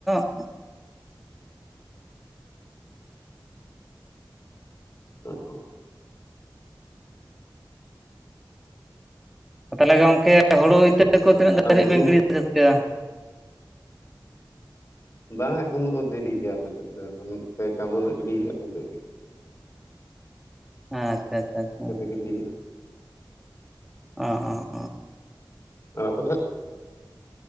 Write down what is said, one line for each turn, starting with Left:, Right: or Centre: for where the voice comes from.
Centre: <unintelligible>
Left: <unintelligible>
Centre: ᱛᱟᱦᱚᱞᱮ ᱜᱚᱝᱠᱮ ᱦᱳᱲᱩ ᱤᱛᱟᱹ ᱠᱚ ᱛᱤᱱᱟᱹᱜ ᱫᱷᱟᱹᱨᱤᱡ
Left: ᱟᱨ ᱵᱩᱨᱩ
Centre: ᱵᱮᱱ ᱜᱤᱬᱤ ᱥᱟᱹᱛ ᱠᱮᱫᱟ?
Left: ᱵᱟᱝ ᱮᱠᱷᱚᱱ ᱫᱚ ᱫᱮᱨᱤ ᱜᱮᱭᱟ ᱟᱞᱮ ᱥᱮᱫ ᱫᱚ ᱮᱠᱷᱚᱱ ᱯᱮ ᱪᱟᱸᱫᱚ ᱜᱤᱰᱤ ᱦᱩᱭᱩᱜ-ᱟ ᱾
Centre: ᱟᱪᱪᱷᱟ ᱟᱪᱪᱷᱟ ᱟᱪᱪᱷᱟ᱾
Left: ᱜᱟᱹᱰᱤ ᱦᱩᱭᱩᱜᱼᱟ
Centre: ᱚᱸ ᱚᱸ
Left: ᱟᱯᱮ ᱥᱮᱫ